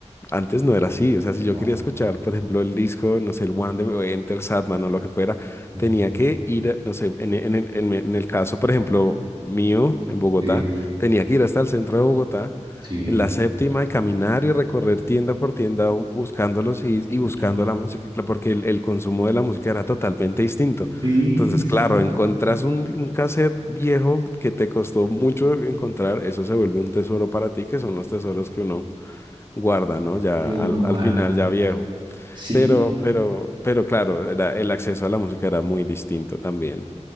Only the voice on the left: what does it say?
Antes no era así, o sea, si yo
quería escuchar, por ejemplo, el disco, no sé, el One de Enter Satman o lo que fuera,
tenía que ir, a- no sé, en, en- en- en- en el caso, por ejemplo, mío, en Bogotá,
tenía que ir hasta el centro de Bogotá,
en la séptima, y caminar y recorrer tienda por tienda bu- buscándolos y, y buscando
la música, cla- porque el, el consumo de la música era totalmente distinto.
Entonces,
claro, encontrás
un, un cassette viejo que te costó mucho encontrar, eso se vuelve un tesoro para ti, que son los tesoros que uno guarda, ¿no? Ya
al,
al
final, ya viejo.
Pero, pero, pero claro, era, el acceso a la música era muy distinto también.